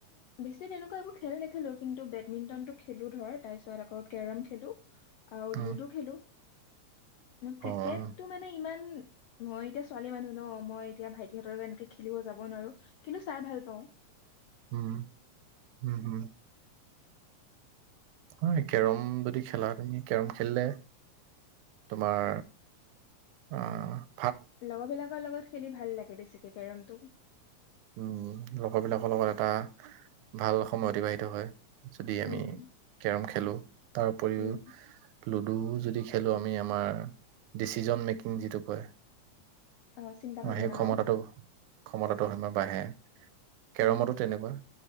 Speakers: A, on the left; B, on the right.
A: বেছি তেনেকুৱা একো খেল নেখেলো কিন্তু বেডমিন্টনটো খেলো ধৰ তাৰ পিছত আকৌ কেৰম খেলো আৰু
B: উম,
A: লুডো খেলো ক্ৰিকেটো
B: অ',
A: মানে ইমান মই এতিয়া ছোৱালী মানুহ ন মই এতিয়া ভাইটিহঁতৰ লগ এনেকে খেলিব যাব নোৱাৰো কিন্তু চাই ভাল পাওঁ
B: উম হম হম হয় কেৰম যদি খেলা তুমি কেৰম খেলিলে তোমাৰ অহ
A: লগৰবিলাকৰ লগত খেলি ভাল লাগে বেছিকে কেৰমটো
B: উম লগৰবিলাকৰ লগত এটা ভাল সময় অতিবাহিত হয় যদি
A: উম
B: আমি কেৰম খেলো তাৰ উপৰিও
A: উম
B: লুডু যদি খেলো আমি আমাৰ ডিচিজন মেকিং যিটো কয়
A: অ চিন্তা ভাৱনা
B: অ সেই ক্ষমতাটো ক্ষমতা <unintelligible> ত সিমান বাঢ়ে কেৰমতো
A: অ
B: তেনেকুৱা